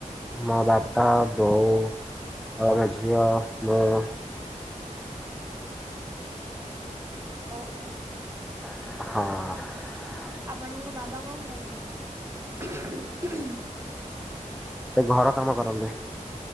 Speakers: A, in the centre; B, on the right (about 20°).
A: ମୋ ବାପା, ବୋଉ ଆଉ ଆମ ଝିଅ, ମୁଁ
B: ଓହୋ।
A: ହଁ।
B: ଆପଣଙ୍କ ବାବା କଣ କରନ୍ତି?
A: ତ ଘର କାମ କରନ୍ତି।